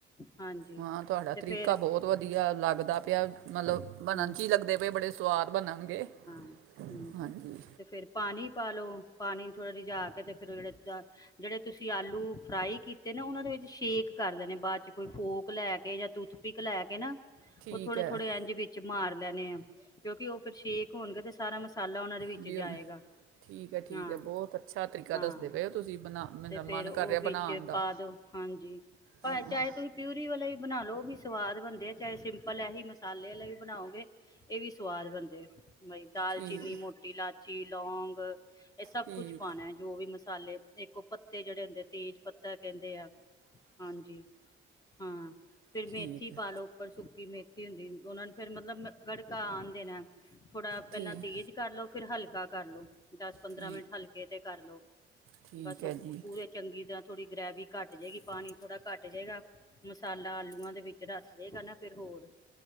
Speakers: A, on the left; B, on the right.
A: ਹਾਂਜੀ
B: ਹਾਂ ਤੁਹਾਡਾ
A: ਤੇ
B: ਤਰੀਕਾ
A: ਫੇਰ
B: ਬਹੁਤ ਵਧੀਆ ਲੱਗਦਾ ਪਿਆ ਮਤਲਬ ਬਣਨ 'ਚ
A: ਮਤਲਬ
B: ਹੀ ਲੱਗਦੇ ਪਏ ਬੜੇ ਸਵਾਦ ਬਣਨਗੇ
A: ਦੇ।
B: ਹਾਂਜੀ
A: ਤੇ ਫੇਰ ਪਾਣੀ ਪਾ ਲਓ ਪਾਣੀ ਥੋੜ੍ਹਾ ਰਿਜਾ ਕੇ ਤੇ ਫਿਰ ਜਿਹੜੇ ਜਿਹੜੇ ਤੁਸੀਂ ਆਲੂ ਫਰਾਈ ਕੀਤੇ ਨਾ ਉਹਨਾਂ ਦੇ ਵਿੱਚ ਸ਼ੇਕ ਕਰ ਲਣੇ ਬਾਅਦ ਚ ਕੋਈ ਫੋਕ ਲੈ ਕੇ ਜਾਂ ਟੂਥਪਿਕ ਲੈ ਕੇ ਨਾ
B: ਠੀਕ
A: ਉਹ ਥੋੜੇ
B: ਹੈ
A: ਥੋੜੇ ਇੰਝ ਵਿੱਚ ਮਾਰ ਲੈਣੇ ਹਾਂ ਕਿਉਂਕਿ ਉਹ ਫਿਰ ਸ਼ੇਕ ਹੋਣਗੇ ਤੇ ਸਾਰਾ ਮਸਾਲਾ ਉਹਨਾਂ ਦੇ ਵਿੱਚ
B: ਵੀ
A: ਜਾਏਗਾ
B: ਉਹਨ ਠੀਕ ਹੈ ਠੀਕ
A: ਹਾਂ
B: ਹੈ ਬਹੁਤ ਅੱਛਾ ਤਰੀਕਾ
A: ਹਾਂ
B: ਦੱਸਦੇ ਪਏ ਹੋ ਤੁਸੀਂ ਬਣਾ ਮੇਰਾ
A: ਤੇ ਫੇਰ
B: ਮਨ
A: ਉਹ
B: ਕਰ ਰਿਹਾ ਬਣਾਉਣ
A: ਵਿੱਚ
B: ਦਾ
A: ਪਾ ਦੋ ਹਾਂਜੀ। ਭਾਵੇਂ
B: ਹਾਂ
A: ਚਾਹੇ ਤੁਸੀਂ ਪਿਊਰੀ ਵਾਲਾ ਵੀ ਬਣਾ ਲਓ ਵੀ ਸਵਾਦ ਬਣਦੇ ਆ ਚਾਹੇ ਸਿੰਪਲ ਐਸੀ ਮਸਾਲੇ ਵਾਲੇ ਵੀ ਬਣਾਓਗੇ ਇਹ ਵੀ ਸਵਾਦ ਬਣਦੇ ਆ ਬਈ ਦਾਲਚੀਨੀ
B: ਠੀਕ
A: ਮੋਟੀ ਇਲਾਇਚੀ ਲੌਂਗ ਇਹ ਸਭ
B: ਠੀਕ
A: ਕੁਛ ਪਾਣਾ ਜੋ ਵੀ ਮਸਾਲੇ ਇੱਕ ਉਹ ਪੱਤੇ ਜਿਹੜੇ ਹੁੰਦੇ ਤੇਜ ਪੱਤਾ ਕਹਿੰਦੇ ਆ ਹਾਂਜੀ ਹਾਂ ਫਿਰ ਮੇਥੀ
B: ਠੀਕ ਹੈ,
A: ਪਾ ਲਓ ਉੱਪਰ ਸੁੱਕ ਸੁੱਕੀ ਮੇਥੀ ਹੁੰਦੀ ਉਹਨਾ ਨੂੰ ਫ਼ਿਰ ਮਤਲਬ ਗੜਕਾ ਆਣ ਦੇਣਾ ਥੋੜਾ
B: ਠੀਕ
A: ਪਹਿਲਾਂ ਤੇਜ਼ ਕਰ ਲੋ ਫਿਰ ਹਲਕਾ ਦਸ ਪੰਦਰਾਂ
B: ਠੀਕ
A: ਮਿੰਟ ਹਲਕੇ ਤੇ ਕਰਲੋ
B: ਠੀਕ
A: ਬਸ
B: ਹੈ ਜੀ
A: ਪੂਰੇ ਚੰਗੀ ਤਰ੍ਹਾਂ ਥੋੜੀ ਗ੍ਰੈਵੀ ਘੱਟ ਜਾਏਗੀ ਪਾਣੀ ਥੋੜਾ ਘੱਟ ਜਾਏਗਾ ਮਸਾਲਾ ਆਲੂਆਂ ਦੇ ਵਿੱਚ ਰਚ ਜਾਏਗਾ ਨਾ ਫਿਰ ਹੋਰ